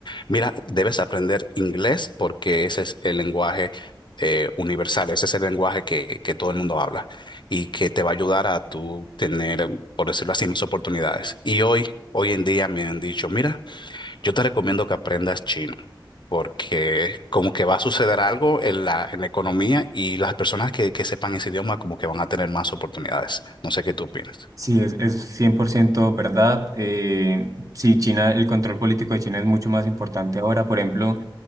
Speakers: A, on the left; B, on the right.
A: mira, debes aprender inglés porque ese es el lenguaje eh, universal, ese es el lenguaje que, que todo el mundo habla y que te va a ayudar a tú tener, por decirlo así, más oportunidades. Y hoy, hoy en día me han dicho, mira, yo te recomiendo que aprendas chino, porque como que va a suceder algo en la, en la economía y las personas que, que sepan ese idioma como que van a tener más oportunidades. No sé qué tú opinas.
B: Sí, es, es 100% verdad. Eh, sí, China, el control político de China es mucho más importante ahora. Por ejemplo,